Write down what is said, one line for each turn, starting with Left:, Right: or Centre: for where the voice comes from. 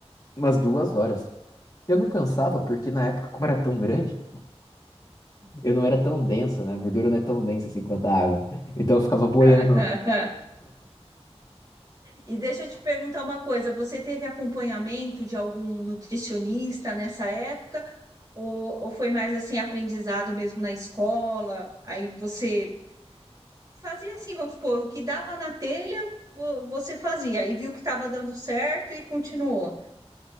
Left: umas duas horas. Eu não cansava, porque na época, como era tão grande, eu não era tão densa, né? A gordura não é tão densa assim quanto a água. Então, eu ficava boiando.
Right: <laughs> E deixa eu te perguntar uma coisa, você teve acompanhamento de algum nutricionista nessa época? Ou, ou foi mais assim aprendizado mesmo na escola? Aí você fazia assim, vamos supor, o que dava na telha, vo- você fazia, e viu que estava dando certo e continuou.